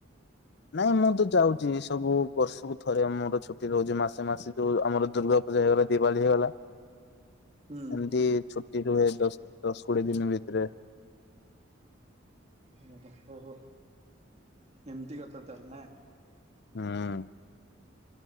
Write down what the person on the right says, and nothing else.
ହୁଁ
ଓହୋ ଓହୋ ଏମିତି କଥା ତାହେଲେ ନା।